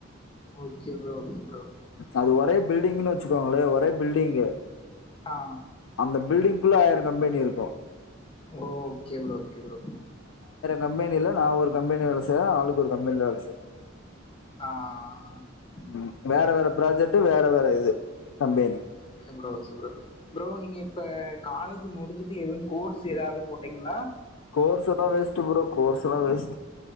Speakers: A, on the left (about 25°); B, on the left (about 80°).
A: ஓகே ப்ரோ ப்ரோ
B: அது ஒரே பில்டிங்ன்னு வெச்சுக்கோங்களே ஒரே பில்டிங்கு
A: ஆ
B: அந்த பில்டிங்க்குள்ள ஆயிரோ கம்பேனி இருக்கு
A: ஓகே ப்ரோ ஓகே ப்ரோ
B: கம்பெனில நா ஒரு கம்பெனி வேல செய்ற ஆளுக்கு ஒரு கம்பெனியில வேல செய்றா
A: அ அ அ
B: ம் வேற வேற ப்ராஜெக்ட்டு வேற வேற இது கம்பேனி
A: ஓகே ப்ரோ ப்ரோ நீங்க இப்ப காலேஜ் முடிஞ்சுட்டு எது கோர்ஸ் எதாவ்து போட்டீங்ளா
B: கோர்ஸ் எல்லா வேஸ்ட் ப்ரோ கோர்ஸ் எல்லா வேஸ்ட்